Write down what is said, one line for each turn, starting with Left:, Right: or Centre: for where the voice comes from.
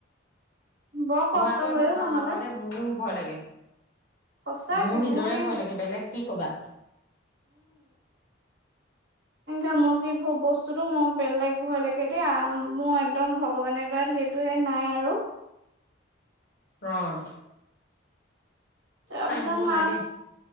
Right: বৰ কষ্ট
Left: মই আকৌ
Right: হয়ও
Left: এইবোৰ ভাল
Right: নহলে
Left: নাপাওঁ দেই, মোৰো ভয় লাগে।
Right: সঁচাকে
Left: মোৰ নিজৰে
Right: মই
Left: ভয় লাগে বেলেগ কি কবা।
Right: ঘামূচিভো বস্তুতো মোৰ বেলেগ ভয় লাগে দেই আ মোৰ একদম ভগৱানে কৰাত- টোৱে নাই আৰু।
Left: অঁ'।
Right: তাৰ পিছত
Left: মোৰো
Right: মাছ,
Left: নাই দেই